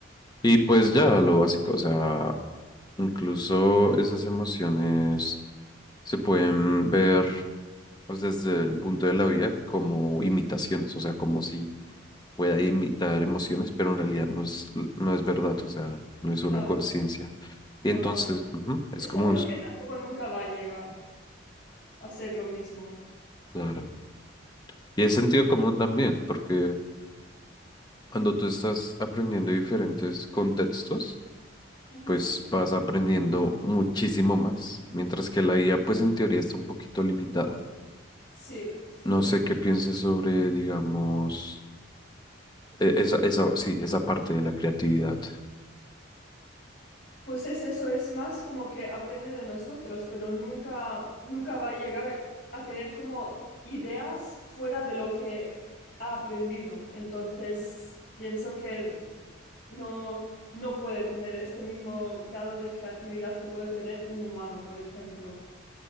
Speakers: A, on the left; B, on the left.
A: Y pues ya lo básico, o sea, incluso esas emociones se pueden ver pues, desde el punto de la vida como imitaciones, o sea, como si pueda imitar emociones, pero en realidad no es, no es verdad, o sea, no es
B: claro,
A: una conciencia.
B: no,
A: Y entonces,
B: no,
A: ujú, es
B: esto
A: como
B: creo
A: un...
B: que tampoco nunca va a llegar a ser lo mismo.
A: Claro. Y es sentido común también, porque cuando tú estás aprendiendo diferentes contextos,
B: Ujú.
A: pues vas aprendiendo muchísimo más, mientras que la IA, pues en teoría está un poquito limitada.
B: Sí, sí.
A: No sé qué pienses sobre, digamos, e- esa, esa, sí, esa parte de la creatividad.
B: Pues es eso, es más como que aprende de nosotros, pero nunca, nunca va a llegar a tener como ideas fuera de lo que ha aprendido. Entonces, pienso que no, no puede tener este mismo grado de creatividad que puede tener un humano, por ejemplo.